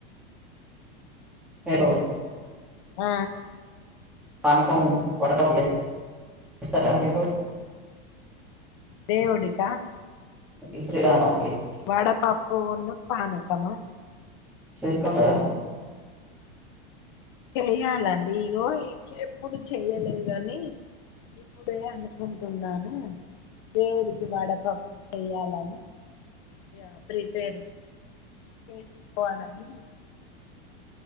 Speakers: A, in the centre; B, on the left (about 30°).
A: హలో
B: ఆ
A: అనకం పడత వ్ లే వస్తారా రేపు
B: దేవుడికా
A: ప్రతి శ్రీరామనవమి కి
B: వడ పప్పు ఉన్ను పానకమా
A: చేసుకుంటారా?
B: చేయాలండి ఇగో ఇక ఎప్పుడు చెయ్యలేదు గని ఇప్పుడే అనుకుంటున్నాను. దేవుడికి వడపప్పు చెయ్యాలని ఇగ ప్రిపేర్ చేసుకోవాలని అనుకు